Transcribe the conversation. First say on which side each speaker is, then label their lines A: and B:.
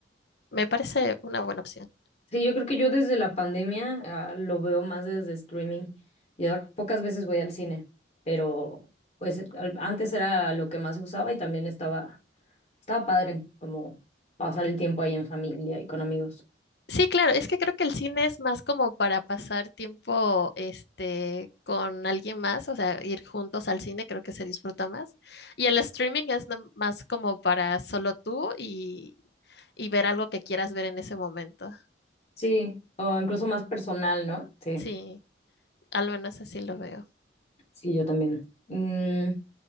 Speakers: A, on the left; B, on the left.
A: me parece una buena opción.
B: Sí, yo creo que yo desde la pandemia, ah, lo veo más desde streaming. Ya pocas veces voy al cine, pero pues al- antes era lo que más se usaba y también estaba, estaba padre como pasar el tiempo ahí en familia y con amigos.
A: Sí, claro, es que creo que el cine es más como para pasar tiempo, este, con alguien más, o sea, ir juntos al cine, creo que se disfruta más. Y el streaming es nam- más como para solo tú y, y ver algo que quieras ver en ese momento.
B: Sí, o incluso más personal, ¿no? Sí,
A: Sí, al menos así lo veo.
B: sí, yo también. Mm,